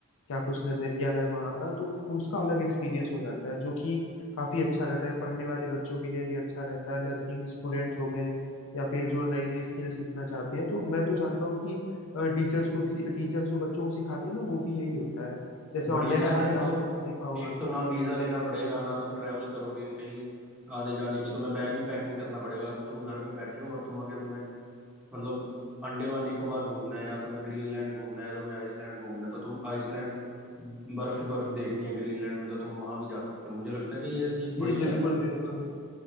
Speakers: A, on the left; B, in the centre.
A: क्या कुछ नज़रिया है वहाँ का तो उसका अलग एक्सपीरियंस हो जाता है जो कि काफ़ी अच्छा रहता है पढ़ने वाले बच्चों के लिए भी अच्छा रहता है लर्निंग स्टूडेंट्स हो गए या फिर जो नई नई स्किल सीखना चाहते हैं तो मैं तो जानता हूँ कि टीचर्स को भी टीचर्स जो बच्चों को सिखाते हैं ना वो भी यही होता है जैसे
B: बढ़िया
A: ऑनलाइन
B: यार
A: आपने
B: एक
A: क्लास
B: तो
A: में देखा होगा
B: एक तो ना वीजा लेना पड़ेगा ना तुम ट्रैवल करोगे कहीं आने जाने की तुम्हें बैग भी पैक नहीं करना पड़ेगा तुम घर पे बैठे हो और तुम अगर तुम्हें मतलब अंडमान निकोबार घूमना है या तुम्हें ग्रीनलैंड घूमना है या तुम्हें आइसलैंड घूमना है तो तुम आइसलैंड बर्फ ही बर्फ देखनी है ग्रीनलैंड में तो तुम वहां भी जा सकते हो मुझे लगता है कि ये ये बढ़िया
A: जी बिल्कुल
B: है यार
A: बिल्कुल